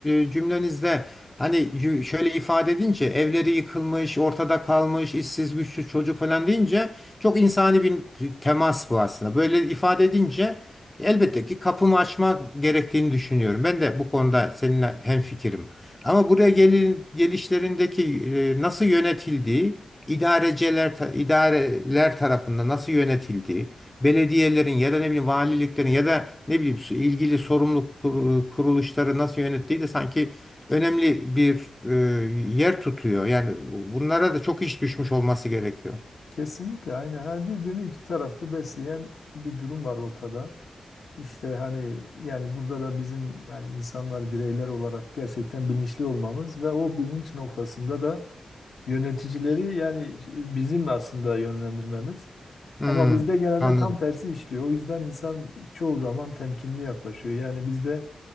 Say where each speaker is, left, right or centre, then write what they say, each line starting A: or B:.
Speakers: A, on the left; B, on the left.
A: e, cümlenizde hani cü- şöyle ifade edince evleri yıkılmış, ortada kalmış, işsiz güçsüz çocuk falan deyince çok insani bir t- temas bu aslında. Böyle ifade edince elbette ki kapımı açmak gerektiğini düşünüyorum. Ben de bu konuda seninle hemfikirim. Ama buraya gelin, gelişlerindeki e, nasıl yönetildiği, idareciler, ta- idareler tarafından nasıl yönetildiği belediyelerin ya da ne bileyim valiliklerin ya da ne bileyim su- ilgili sorumlu kur- kuruluşları nasıl yönettiği de sanki önemli bir e, yer tutuyor. Yani bunlara da çok iş düşmüş olması gerekiyor.
B: Kesinlikle aynen. Yani birbirini iki taraflı besleyen bir durum var ortada. İşte hani yani burada da bizim yani insanlar bireyler olarak gerçekten bilinçli olmamız ve o bilinç noktasında da yöneticileri yani bizim aslında yönlendirmemiz.
A: Hmm,
B: Ama bizde genelde
A: anladım.
B: tam tersi işliyor. O yüzden insan çoğu zaman temkinli yaklaşıyor. Yani bizde